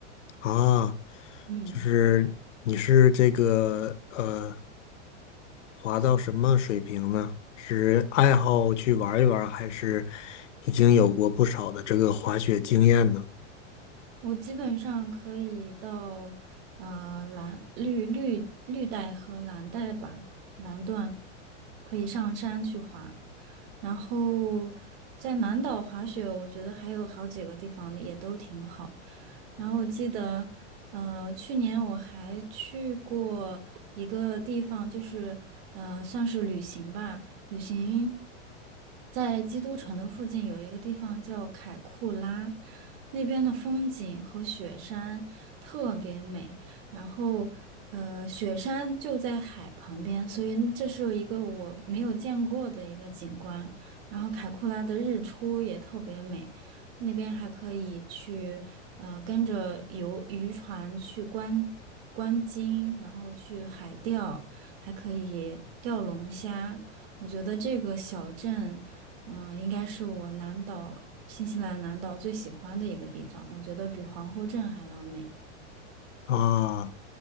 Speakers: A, on the left; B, on the right.
A: 啊？
B: 嗯。
A: 就是你是这个呃滑到什么水平呢？是爱好去玩一玩，还是已经有过不少的这个滑雪经验呢？
B: 我基本上可以到呃蓝绿绿绿带和蓝带吧，蓝段可以上山去滑，然后在南岛滑雪，我觉得还有好几个地方也都挺好。然后我记得，呃，去年我还去过一个地方，就是呃，算是旅行吧。旅行在基督城的附近有一个地方叫凯库拉，那边的风景和雪山特别美。然后，呃，雪山就在海旁边，所以这是一个我没有见过的一个景观。然后，凯库拉的日出也特别美，那边还可以去，呃，跟着游渔船去观观鲸，然后去海钓，还可以钓龙虾。我觉得这个小镇，嗯，应该是我南岛，新西兰南岛最喜欢的一个地方。我觉得比皇后镇还要美。
A: 啊，